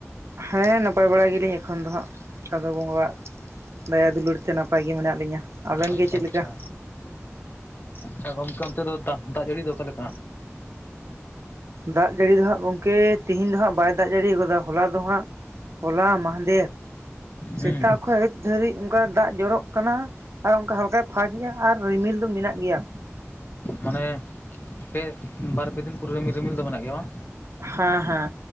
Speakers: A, on the right; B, on the left.
A: ᱦᱮᱸ ᱱᱟᱯᱟᱭ ᱵᱟᱲᱟ ᱜᱮᱭᱟ ᱞᱤᱧ ᱮᱠᱷᱚᱱ ᱫᱚ ᱦᱟᱸᱜ ᱪᱟᱸᱫᱚ ᱵᱚᱸᱜᱟᱣᱟᱜ ᱫᱟᱭᱟ ᱫᱩᱞᱟᱹᱲ ᱛᱮ ᱱᱟᱯᱟᱭ ᱜᱮ ᱢᱮᱱᱟᱜ ᱞᱤᱧᱟ, ᱟᱵᱮᱱ
B: ᱟᱪᱪᱷᱟ
A: ᱜᱮ ᱪᱮᱫ
B: ᱟᱪᱪᱷᱟ
A: ᱞᱮᱠᱟ?
B: ᱟᱪᱪᱷᱟ ᱜᱚᱢᱠᱮ ᱚᱱᱛᱮ ᱫᱚ ᱫᱟ ᱫᱟᱜ ᱡᱟᱹᱲᱤ ᱫᱚ ᱚᱠᱟ ᱞᱮᱠᱟ?
A: ᱫᱟᱜ ᱡᱟᱹᱲᱤ ᱫᱚ ᱦᱟᱸᱜ ᱜᱚᱝᱠᱮ ᱛᱤᱦᱮᱧ ᱫᱚ ᱦᱟᱸᱜ ᱵᱟᱭ ᱫᱟᱜ ᱡᱟᱹᱲᱤ ᱟᱠᱟᱫᱟ ᱦᱚᱞᱟ ᱫᱚ ᱦᱟᱸᱜ ᱦᱚᱞᱟ ᱢᱟᱦᱫᱮᱨ ᱥᱮᱛᱟᱜ
B: ᱦᱩᱸ
A: ᱠᱷᱚᱱ ᱟᱹᱭᱩᱵ ᱫᱷᱟᱹᱨᱤᱡ ᱚᱱᱠᱟ ᱫᱟᱜ ᱡᱚᱨᱚᱜ ᱠᱟᱱᱟ ᱟᱨ ᱚᱱᱠᱟ ᱦᱟᱞᱠᱟᱭ ᱯᱷᱟᱸᱠ ᱮᱫᱟ ᱟᱨ ᱨᱤᱢᱤᱞ ᱫᱚ ᱢᱮᱱᱟᱜ ᱜᱮᱭᱟ
B: ᱢᱟᱱᱮ ᱯᱮ ᱵᱟᱨ ᱯᱮ ᱫᱤᱱ ᱯᱩᱨᱟᱹ ᱨᱤᱢᱤᱞ ᱨᱤᱢᱤᱞ ᱫᱚ ᱢᱮᱱᱟᱜ ᱜᱮᱭᱟ ᱵᱟᱝ?
A: ᱦᱮᱸ ᱦᱮᱸ